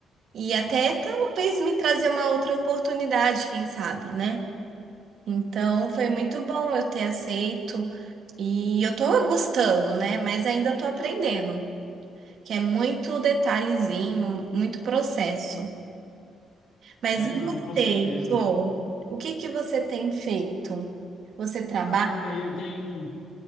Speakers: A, on the right (about 65°); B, on the left (about 75°).
A: e até talvez me trazer uma outra oportunidade, quem sabe, né? Então, foi muito bom eu ter aceito e eu tô gostando, né? Mas ainda tô aprendendo, que é muito detalhezinho, muito processo. Mas
B: É,
A: e
B: não,
A: você,
B: com certeza.
A: Heitor? O que que você tem feito? Você trabalha?
B: Ah, eu tenho.